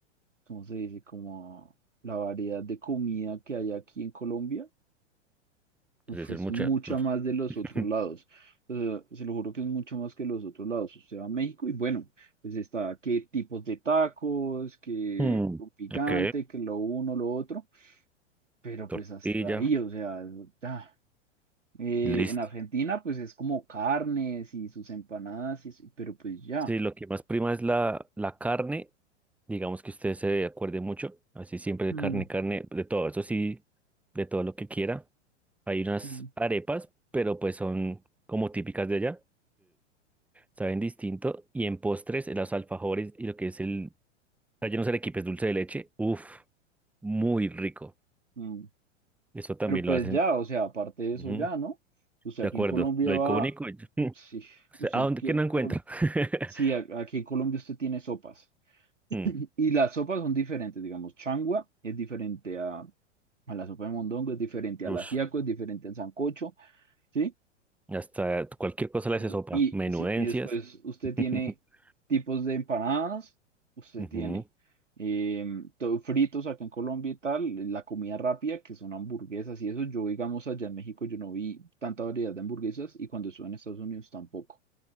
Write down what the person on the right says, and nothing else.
¿cómo se dice? Como la variedad de comida que hay aquí en Colombia. Uf,
es
mucha
más de los otros lados. O sea, se lo juro que es mucho más que los otros lados. Usted va a México y bueno, pues está qué tipos de tacos, qué
con picante,
que lo uno, lo otro, pero
pues hasta ahí, o sea, ya. Eh,
en Argentina pues es como carnes y sus empanadas, y, su- pero pues ya.
Mm,
mm.
Mm.
Pero pues
ya, o sea, aparte de
eso ya, ¿no? Usted
aquí
en Colombia
va,
sí,
usted
aquí
en
Colombia.
Sí, a- aquí en Colombia usted tiene sopas.
Y las sopas son diferentes, digamos, changua es diferente a, a la sopa de mondongo, es diferente al
ajiaco, es diferente al sancocho, ¿sí?
Eso.
Y,
sí, y después usted
tiene tipos de empanadas, usted
tiene em, todo fritos acá en Colombia y tal, la comida rápida, que son hamburguesas y eso. Yo, digamos, allá en México yo no vi tanta variedad de hamburguesas y cuando estuve en Estados Unidos tampoco.